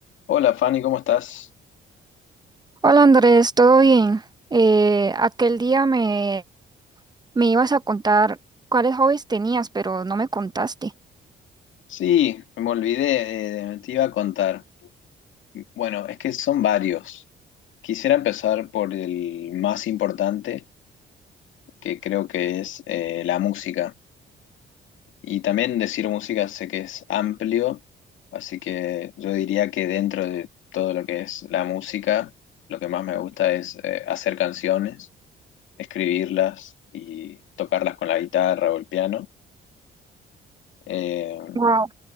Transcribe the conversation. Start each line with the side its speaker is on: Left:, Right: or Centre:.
Left: Hola Fanny, ¿cómo estás?
Right: Hola Andrés, ¿todo bien? Eh, aquel día me, me ibas a contar cuáles hobbies tenías, pero no me contaste.
Left: Sí, me olvidé, eh, te iba a contar. Bueno, es que son varios. Quisiera empezar por el más importante, que creo que es eh, la música. Y también decir música sé que es amplio, así que yo diría que dentro de todo lo que es la música, lo que más me gusta es eh, hacer canciones, escribirlas y tocarlas con la guitarra o el piano. Eh,
Right: Wow.